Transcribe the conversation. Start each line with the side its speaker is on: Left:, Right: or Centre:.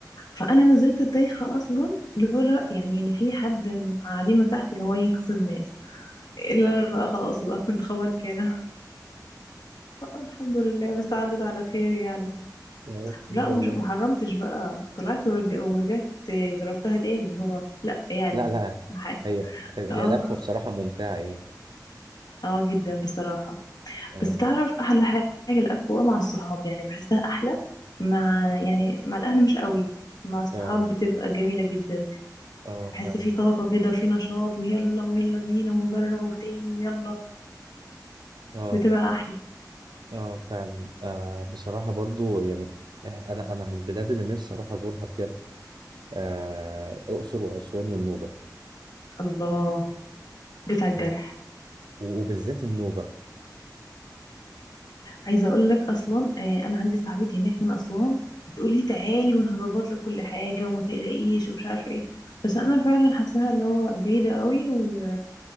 Left: فانا نزلت دايخه اصلا لولا يعني ان في حد قاعدينه تحت اللي هو ينقذ الناس لا لا لا خلاص بقى كنت خبرك هنا <laughs> الحمد لله بس عدت على خير يعني
Right: يا الحمد
Left: لا ومش
Right: لله
Left: محرمتش بقى طلعت ورج... ورجعت جربتها تاني اللي هو لا يعني
Right: لا لا
Left: حاجة
Right: هي هي
Left: اه
Right: الأكوا بصراحة ممتعة يعني
Left: اه جدا بصراحة
Right: اه
Left: بس تعرف احلى حاجة الاكوا مع الصحاب يعني بحسها احلى مع يعني مع الاهل مش قوي مع الصحاب
Right: اه
Left: بتبقى جميلة جدا
Right: اه
Left: بحس
Right: فعلا
Left: في طاقة كده وفي نشاط ويلا ويلا بينا ونجرب تاني ويلا
Right: اه
Left: بتبقى احلى
Right: اه فعلا آه بصراحة برضو يعني إح- انا انا من البلاد اللي نفسي اروح ازورها بجد آه الاقصر واسوان والنوبة
Left: الله جيت على الجرح
Right: يعني و- وبالذات النوبة
Left: عايزه اقول لك اصلا آه، انا عندي صاحبتي هناك من اسوان بتقولي تعالي وانا هظبط لك كل حاجه وما تقلقيش ومش عارفه ايه بس انا فعلا حاساها اللي هو بعيده قوي و...